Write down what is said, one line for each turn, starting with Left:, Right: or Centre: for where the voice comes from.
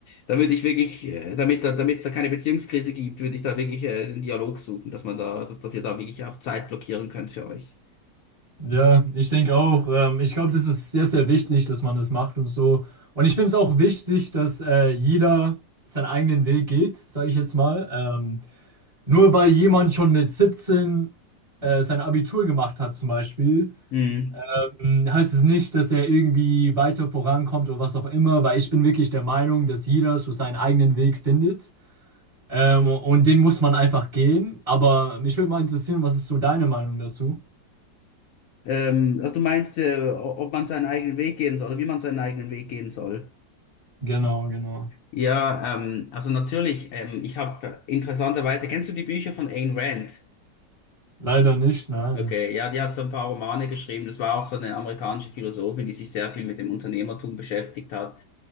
Left: Da würde ich wirklich, äh, damit da, damit es da keine Beziehungskrise gibt, würde ich da wirklich äh, den Dialog suchen, dass man da, dass, dass ihr da wirklich auch Zeit blockieren könnt für euch.
Right: Ja, ich denke auch. Ähm, ich glaube, das ist sehr, sehr wichtig, dass man das macht und so. Und ich finde es auch wichtig, dass äh, jeder seinen eigenen Weg geht, sage ich jetzt mal. Ähm, nur weil jemand schon mit 17 äh, sein Abitur gemacht hat, zum Beispiel,
Left: Hm.
Right: ähm, heißt es nicht, dass er irgendwie weiter vorankommt oder was auch immer, weil ich bin wirklich der Meinung, dass jeder so seinen eigenen Weg findet. Ähm, und den muss man einfach gehen. Aber mich würde mal interessieren, was ist so deine Meinung dazu?
Left: Ähm, also du meinst, äh, ob man seinen eigenen Weg gehen soll oder wie man seinen eigenen Weg gehen soll?
Right: Genau, genau.
Left: Ja, ähm, also natürlich, ähm, ich habe interessanterweise, kennst du die Bücher von Ayn Rand?
Right: Leider nicht, nein.
Left: Okay, ja, die hat so ein paar Romane geschrieben. Das war auch so eine amerikanische Philosophin, die sich sehr viel mit dem Unternehmertum beschäftigt hat.